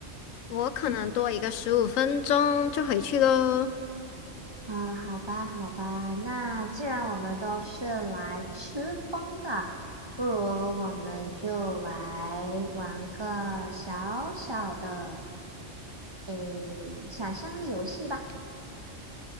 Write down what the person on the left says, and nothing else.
我可能多一个十五分钟就回去喽。